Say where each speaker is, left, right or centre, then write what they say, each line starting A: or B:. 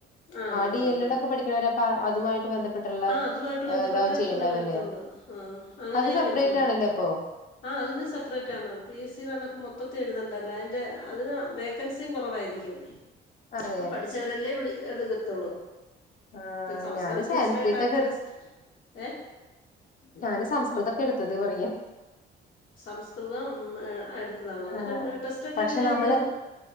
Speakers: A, on the left; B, on the left.
A: ആഹ്
B: ഡി
A: വരത്തൊള്ള്.
B: എൽ എഡ് ഒക്കെ പഠിക്കണവര് അപ്പൊ അതുമായിട്ട് ബന്ധപ്പെട്ടുള്ള
A: ആഹ് അതുമായിട്ട് ബന്ധപ്പെട്ട്
B: ഇതാവും ചെയ്യണ്ടാവല്ലേ
A: ഒള്ളേ വരത്തൊള്ള് ആഹ് അങ്ങനേ
B: അത് സെപ്പറേറ്റ്
A: വരത്തൊള്ള്
B: ആണല്ലേ അപ്പൊ
A: ആഹ് അതിനും സെപ്പറേറ്റ് ആണ് പി. എസ്. സി കണക്ക് മൊ മൊത്തത്തി എഴുതേണ്ടല്ല അതിന്റെ അതിന് വേക്കൻസിയും കുറവായിരിക്കും
B: അതെ
A: ആ പഠിച്ചവരെല്ലേ വിളി എടുക്കത്തുള്ളൂ
B: ആഹ്
A: ഇപ്പ സംസ്കൃതം
B: ഞാന്
A: ടീച്ചറ
B: സാൻസ്ക്രിറ്റ്
A: ആയിട്ട ആ ട്രസ്റ്റ് ഏ
B: ഞാനെ സംസ്കൃതൊക്കെ എടുത്തത് പറയാ-
A: സംസ്കൃതം ഏ എടുത്തതാണ് എന്നിട്ട്
B: ആഹ്
A: ടെസ്റ്റ് ഒക്കെ
B: പക്ഷെ
A: എഴുതിയാൽ
B: നമ്മള്
A: മതിയല്ലോ -